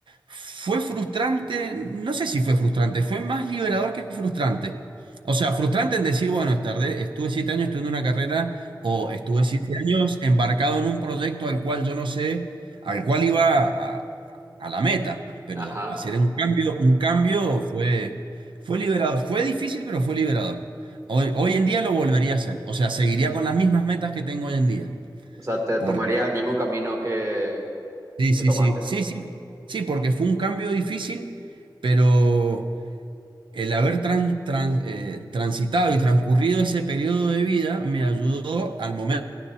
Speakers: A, on the right (about 85°); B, on the right (about 35°).
A: fue frustrante, no sé si fue frustrante, fue más liberador que frustrante. O sea, frustrante en decir, bueno, tardé, estuve siete años estudiando una carrera o estuve siete años embarcado en un proyecto al cual yo no sé, al cual iba a, a la meta, pero
B: ajá,
A: hacer
B: ajá.
A: un cambio, un cambio fue, fue liberador, fue difícil, pero fue liberador. Hoy, hoy en día lo volvería a hacer. O sea, seguiría con las mismas metas que tengo hoy en día.
B: O sea, te
A: Porque,
B: tomaría el mismo camino que,
A: sí, sí,
B: que tomaste.
A: sí, sí, sí, sí, porque fue un cambio difícil, pero el haber tran- tran- eh, transitado y transcurrido ese periodo de vida me ayudó al momento